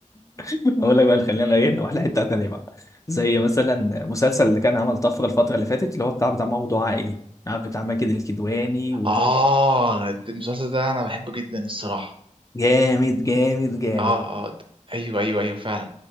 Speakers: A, on the left (about 25°); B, on the right (about 40°).
A: <laughs> اقول لك بقى اللي خلينا ايه نروح لحته ثانيه بقى زي مثلا مسلسل اللي كان عمل طفره الفتره اللي فاتت اللي هو بتاع بتاع موضوع عائلي عارف بتاع ماجد الكدواني وطب
B: اه المسلسل ده انا بحبه جدا الصراحه
A: جامد جامد جامد
B: اه اه د- ايوه ايوه ايوه فعلا